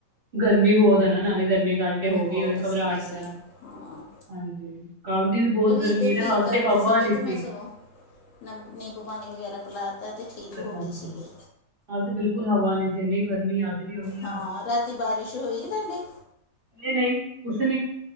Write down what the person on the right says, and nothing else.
ਗਰਮੀ ਬਹੁਤ ਹੈ ਨਾ ਨਾਲੇ ਗਰਮੀ ਗਾਲਕੇ ਹੋ
ਗਈ ਹੋ
ਘਬਰਾਹਟ ਵਗੈਰਾ।
ਹਾਂਜੀ ਕੱਲ ਦੀ ਵੀ ਬਹੁਤ ਗਰਮੀ
ਤੇ
ਹਾਲ
ਤੇ ਹਵਾ
ਨੀ
ਸੀ।
ਅੱਛਾ-ਅੱਛਾ
ਕਾਲ ਤੇ ਬਿਲਕੁਲ ਹਵਾ ਨ ਜੇ ਇੰਨੀ ਗਰਮੀ ਆੱਜ ਵੀ ਉਹੀ ਹਾਲ
ਹੈ।
ਨਹੀਂ-ਨਹੀਂ ਕੂਛ ਨਹੀਂ